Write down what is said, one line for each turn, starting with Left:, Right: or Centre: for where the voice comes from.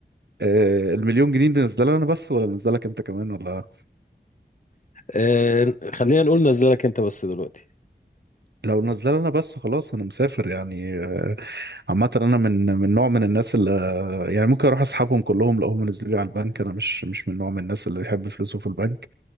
Right: آه المليون جنيه دي نازله لي انا بس ولا نازله لك انت كمان ولا
Left: أه خلينا نقول نزلك انت بس دلوقتي
Right: لو نزل انا بس خلاص انا مسافر يعني آه، عامه انا من من نوع من الناس اللي آه، يعني ممكن اروح اسحبهم كلهم لو هم نزلوا لي على البنك انا مش مش من نوع من الناس اللي يحب فلوسه في البنك